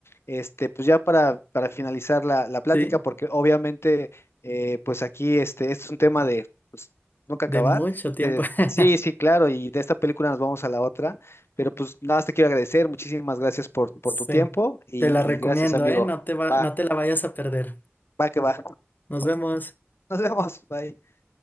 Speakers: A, on the left (about 80°); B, on the left (about 45°).
A: este, pues ya para, para finalizar la, la plática,
B: Sí,
A: porque obviamente eh, pues aquí este, este es un tema de pues, nunca
B: de
A: acabar.
B: mucho tiempo.
A: Te-
B: <laughs>
A: sí, sí, claro, y de esta película nos vamos a la otra, pero pues nada más te quiero agradecer, muchísimas gracias por, por
B: Sí,
A: tu tiempo y,
B: te la recomiendo,
A: y gracias, amigo.
B: ¿eh? No te va,
A: Va,
B: no te la vayas a perder.
A: va que va.
B: Nos vemos.
A: Nos vemos, bye.